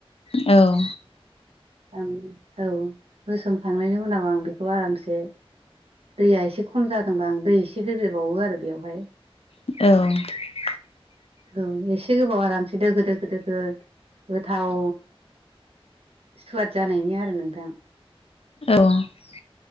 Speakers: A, on the left (about 70°); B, on the right (about 75°).
A: औ
B: आं औ होसनखांनायनि उनाव आं बेखौ आरामसे दैया एसे खम जादोंबा आं दै एसे होदेरबावो आरो बेवहाय
A: औ
B: औ एसे गोबाव आरामसेै दोखो दोखो दोखो गोथाव सुवाद जानायनि आरो नोंथां
A: <inaudible>